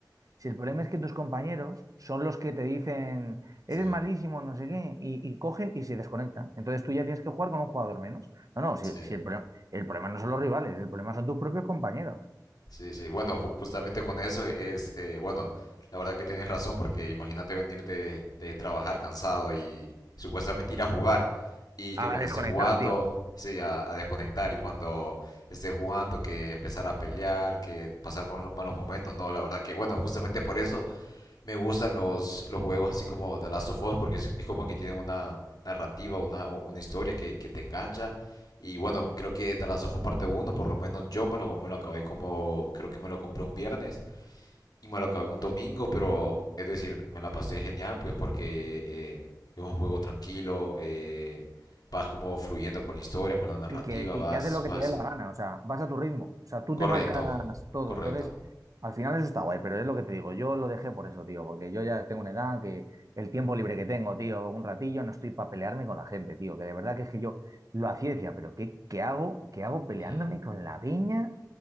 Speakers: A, on the right; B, on the left.
A: Si el problema es que tus compañeros son los que te dicen, eres
B: sí,
A: malísimo, no sé qué, y, y cogen y se desconectan. Entonces tú ya tienes que jugar con un jugador menos. No, no, si,
B: sí.
A: si el, pro- el problema no son los rivales, el problema son tus propios compañeros.
B: Sí, sí, bueno, ju- justamente con eso es, eh, bueno, la verdad que tienes razón, porque imagínate venir de, de trabajar cansado y supuestamente ir a jugar y
A: A
B: que cuando
A: desconectar,
B: estés jugando,
A: tío.
B: sí, a, a desconectar y cuando estés jugando que empezar a pelear, que pasar mal- malos momentos, no, la verdad que, bueno, justamente por eso me gustan los, los juegos así como The Last of Us porque es, es como que tienen una narrativa, una, o- una historia que, que te engancha. Y bueno, creo que The Last of Us parte uno por lo menos yo me lo, me lo acabé como, creo que me lo compré un viernes y me lo acabé un domingo, pero es decir, me la pasé genial pues porque eh, es un juego tranquilo, eh, vas como fluyendo con la historia, con la narrativa,
A: y que, y
B: vas,
A: que haces lo que
B: vas
A: te dé
B: hacia-
A: la gana, o sea, vas a tu ritmo, o sea, tú
B: Correcto,
A: te marcas todo,
B: correcto.
A: entonces, al final eso está guay, pero es lo que te digo, yo lo dejé por eso, tío, porque yo ya tengo una edad que el tiempo libre que tengo, tío, un ratillo, no estoy para pelearme con la gente, tío, que de verdad que es que yo lo hacía y decía, pero ¿qué, qué hago? ¿Qué hago peleándome
B: Mm.
A: con la peña?